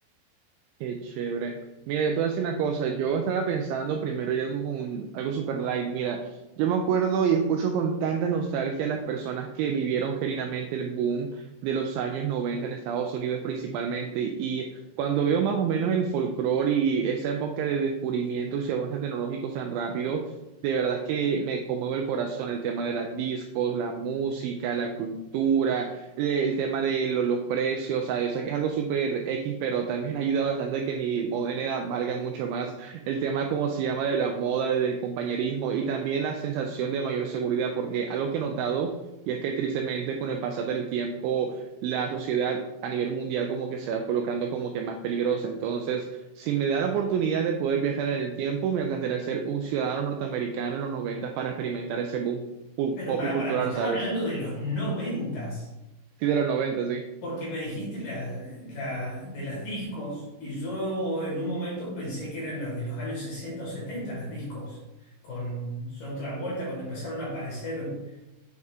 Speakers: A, on the right; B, on the left.
A: Qué chévere. Mira, yo te voy a decir una cosa. Yo estaba pensando primero ir algo con algo super light. Mira, yo me acuerdo y escucho con tanta nostalgia a las personas que vivieron genuinamente el boom de los años 90 en Estados Unidos principalmente. Y cuando veo más o menos el folclore y esa época de descubrimientos y avances tecnológicos tan rápido, de verdad es que me conmueve el corazón el tema de las discos, la música, la cultura eh, el tema de lo- los precios, ¿sabes? o sea, yo sé que es algo súper X, pero también ayuda bastante a que mi moneda valga mucho más. El tema, como se llama, de la moda, del compañerismo y también la sensación de mayor seguridad, porque algo que he notado, y es que tristemente con el pasar del tiempo, la sociedad a nivel mundial como que se va colocando como que más peligrosa. Entonces, si me da la oportunidad de poder viajar en el tiempo, me encantaría ser un ciudadano norteamericano en los 90 para experimentar ese boom pu-
B: Pero
A: pop
B: pará,
A: y cultural,
B: pará, me estás
A: ¿sabes?
B: hablando de los noventas,
A: Sí, de los 90, sí.
B: porque me dijiste la, la- de las discos y yo en un momento pensé que eran las de los años 60 o 70 las discos, con John Travolta, cuando empezaron a aparecer